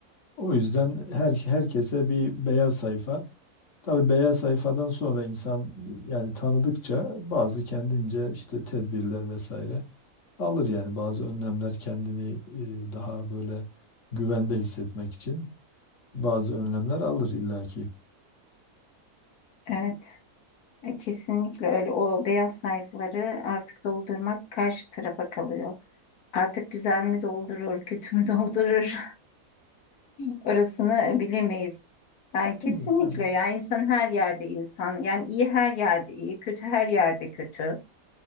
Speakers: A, on the left (about 55°); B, on the left (about 80°).
A: O yüzden her herkese bir beyaz sayfa. Tabii beyaz sayfadan sonra insan yani tanıdıkça bazı kendince işte tedbirler vesaire alır yani bazı önlemler kendini e, daha böyle güvende hissetmek için bazı önlemler alır illaki.
B: evet. E, Kesinlikle öyle. O beyaz sayfaları artık doldurmak karşı tarafa kalıyor. Artık güzel mi doldurur, kötü mü doldurur? <laughs> Orasını bilemeyiz. Yani kesinlikle
A: Değil mi? Yani,
B: yani insan her yerde insan. Yani iyi her yerde iyi, kötü her yerde kötü.